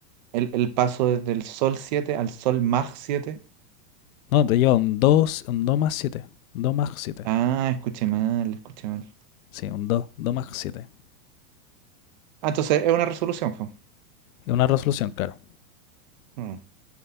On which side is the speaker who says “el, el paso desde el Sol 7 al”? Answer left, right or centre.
Right